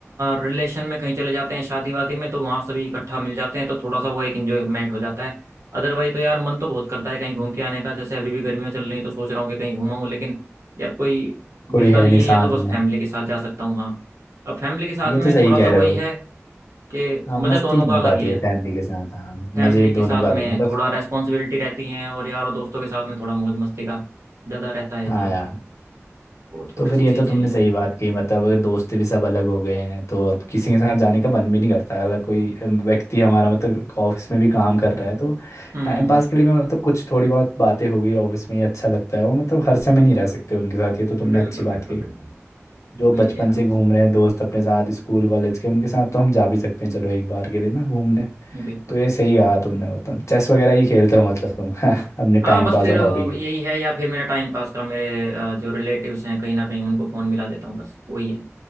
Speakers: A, on the right; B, on the left.
A: रिलेशन में कहीं चले जाते हैं शादी वादी में तो वहाँ सभी इकट्ठा मिल जाते हैं तो थोड़ा सा वो एक इंजॉयमेंट हो जाता है अदरवाइज तो यार मन तो बहुत करता है कहीं घूम के आने का जैसे अभी भी गर्मियाँ चल रही हैं तो सोच रहा हूँ कि कहीं घूमाऊँ लेकिन यार कोई मिलता
B: कोई है
A: नहीं
B: नहीं
A: है या
B: साथ
A: तो बस
B: में
A: फैमिली के साथ जा सकता हूँ हाँ अब फैमिली के साथ
B: ये
A: में
B: तो सही
A: थोड़ा
B: कह
A: सा वही
B: रहे हो
A: है कि
B: हाँ
A: मज़ा
B: मस्ती
A: दोनों
B: नहीं
A: का
B: हो
A: अलग
B: पाती
A: ही है
B: है फैमिली के साथ हाँ
A: फैमिली
B: मजे
A: के
B: दोनों
A: साथ
B: का अलग
A: में
B: मतलब
A: थोड़ा रेस्पॉन्सिबिलिटी रहती हैं और यार और दोस्तों के साथ में थोड़ा मौज मस्ती का ज़्यादा रहता है
B: हाँ
A: यार
B: यार
A: वो थोड़ी
B: तो फिर
A: सी चीज़ें
B: ये तो तुमने
A: हैं यार
B: सही बात कही मतलब अगर दोस्त भी सब अलग हो गए हैं तो अब किसी के साथ जाने का मन भी नहीं करता अलग कोई अम, व्यक्ति हमारा मतलब ऑफिस में भी काम कर रहा है तो
A: हम्म
B: टाइम पास के लिए भी मतलब कुछ थोड़ी बहुत बातें होगी ऑफिस में ही अच्छा लगता है वो मतलब हर समय नहीं रह सकते उनके साथ ये तो तुमने
A: बिल्कुल
B: अच्छी बात
A: बिल्कुल
B: कही
A: बिल्कुल
B: जो
A: वही
B: बचपन
A: है यार
B: से घूम
A: बस
B: रहे हैं दोस्त अपने साथ स्कूल कॉलेज के उनके साथ तो हम जा भी सकते हैं चलो एक बार के लिए ना घूमने
A: बिल्कुल
B: तो ये सही कहा तुमने मतलब चेस वगैरह ही खेलते हो मतलब तुम <laughs> अपने टाइम
A: हाँ बस
B: पास
A: फिर
B: और
A: अ,
B: हॉबी के
A: यही
B: लिए
A: है या फिर मेरा टाइम पास का मेरे अ, जो रिलेटिव्स हैं कहीं ना कहीं उनको फ़ोन मिला देता हूँ बस वही है